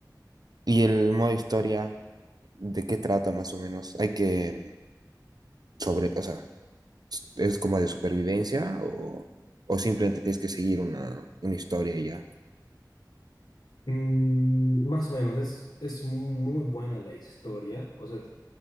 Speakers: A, on the right (about 60°); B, on the left (about 70°).
A: ¿Y el modo historia de qué trata más o menos? Hay que... sobre... O sea, ¿es como de supervivencia o, o simplemente tienes que seguir una, una historia y ya?
B: Mm, más o menos, es, es muy buena la historia, o sea, t-